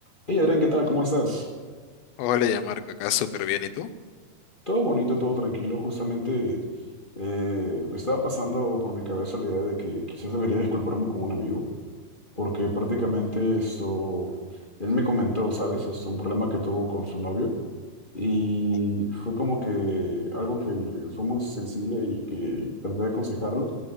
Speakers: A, on the left; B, on the left.
A: Hey Adrián, ¿qué tal? ¿Cómo estás?
B: Hola, ya Marco, acá súper bien, ¿y tú?
A: Todo bonito, todo tranquilo. Justamente eh, estaba pasando por mi cabeza la idea de que quizás debería disculparme con un amigo, porque prácticamente esto, él me comentó, ¿sabes? Esto, un problema que tuvo con su novio y
B: Uh,
A: fue como que algo que fue muy sensible y que traté de aconsejarlo.